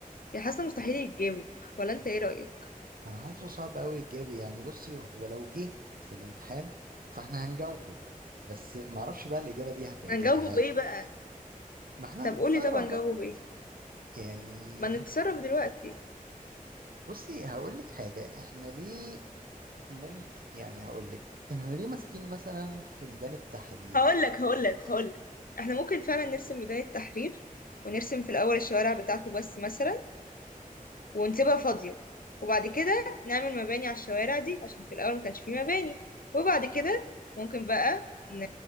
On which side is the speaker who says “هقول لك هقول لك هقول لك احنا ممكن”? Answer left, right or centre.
Left